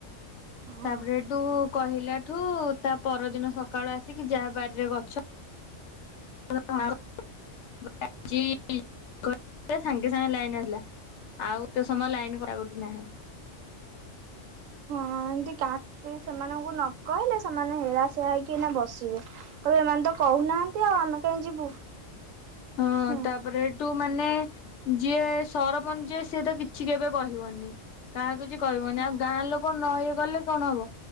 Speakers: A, on the right; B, on the left.
A: ହଁ
B: ତାପରେ ଡୁ କହିଲାଠୁ ତା ପରଦିନ ସକା ସକାଳୁ ଆସିକି ଯାହା ବାଡିରେ ଗଛ <unintelligible> କଟି ଥିଲା ସାଙ୍ଗେ ସାଙ୍ଗେ ଲାଇନ ଆସିଲା ଆଉ ତୋ ସମୟ ଲାଇନ୍ କଟା କୋଠି ନାହିଁ। <unintelligible>
A: ହଁ ଏମତି କାଟି ସେମାନଙ୍କୁ ନ କହିଲେ ସେମାନେ ହେଳାସିଆ ହେଇକି ବସିବେ କହିବେ ଏମାନେ ତ କହୁନାହାନ୍ତି ଆଉ ଆମେ କାହିଁ ଯିବୁ।
B: ହଁ
A: ହୁଁ
B: ତାପରେ ତୁ ମାନେ ଯିଏ ସରପଞ୍ଚ ସିଏ ତ କିଛି କେବେ କହିବନି। କାହାକୁ କିଛି କହିବନି
A: ହୁଁ
B: ଆଉ ଗାଁ ଲୋକ ନ ଇଏ କଲେ କଣ ହବ।